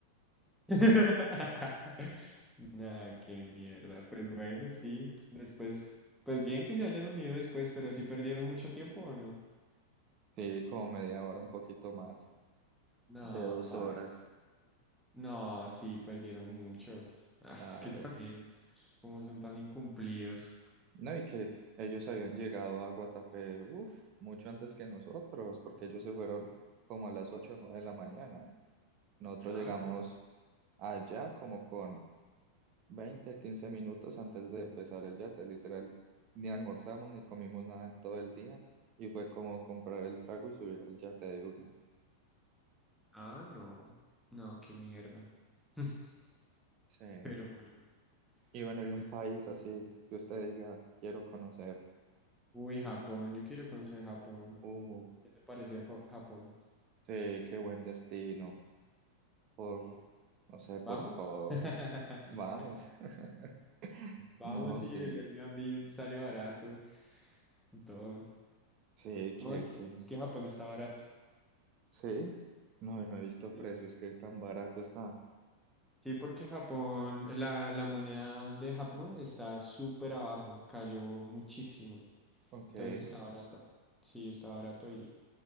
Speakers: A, in the centre; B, on the right.
A: <laughs> Nada, qué mierda. Pues bueno, sí. Después, pues bien que se hayan unido después, pero si perdieron mucho tiempo o no.
B: Sí, como media hora, un poquito más
A: No,
B: de dos
A: paila.
B: horas,
A: No, sí, perdieron mucho. Ah,
B: claro.
A: es que también, como son tan incumplidos.
B: No, y que ellos habían llegado a Guatapé, uff, mucho antes que nosotros, porque ellos se fueron como a las 8 o 9 de la mañana. Nosotros
A: Ah,
B: llegamos
A: no.
B: allá como con 20 15 minutos antes de empezar el yate, literal. Ni almorzamos ni comimos nada en todo el día y fue como comprar el trago y subir al yate de una.
A: Ah, no. No, qué mierda. <laughs>
B: Sí.
A: Pero bueno.
B: Y bueno, y un
A: pues,
B: país así que usted diga, quiero conocer.
A: Uy, Japón, yo quiero conocer Japón.
B: Uf,
A: ¿Qué te parece Japo- Japón?
B: sí, qué buen destino. Por, no sé, por
A: ¿Vamos?
B: todo.
A: <laughs>
B: Vamos. <laughs>
A: Vamos
B: No, sí.
A: y el Airbnb sale barato y todo.
B: Sí, que,
A: No, es que
B: que,
A: es que Japón está barato.
B: sí. No, no he visto
A: Sí,
B: precios, que tan barato está.
A: Sí, porque Japón, la, la moneda de Japón está súper abajo, cayó muchísimo.
B: Ok.
A: Entonces está barato. Sí, está barato ir.